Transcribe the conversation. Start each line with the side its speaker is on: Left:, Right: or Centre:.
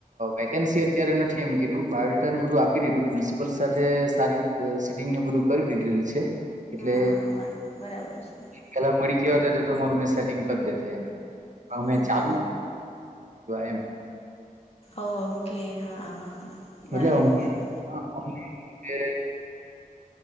Right: વેકેન્સી અત્યારે નથી. એ્યું બાયોડેટા ને બધું આપી દેલું પ્રિન્સિપલ સાથે સારી સિટિંગ ને બધું કરી દીધેલી છે. એટલે
Left: હા વાંધો નઈ બરાબર છે
Right: પેલા મળી ગયા તો. તમારું મેં સેટિંગ કરી દે એમ અમે
Left: હમ
Right: ચાલુ એમ.
Left: ઓ ઓકે હા બરાબર
Right: એટલેમ
Left: છે
Right: <unintelligible>